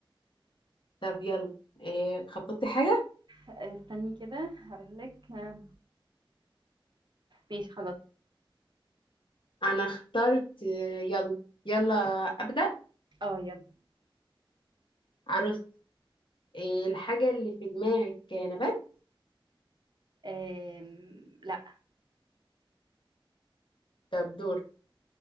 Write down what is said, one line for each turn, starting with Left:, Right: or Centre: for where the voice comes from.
Left: طب يلا إيه خططتي حاجة
Right: آه، استني كده هقول لك آه، ماشي خلاص
Left: انا اخترت آه، يلا يلا ابدأ
Right: اه يلا
Left: عروس إيه الحاجة اللي في دماغك نبات
Right: آم، لا
Left: طب دور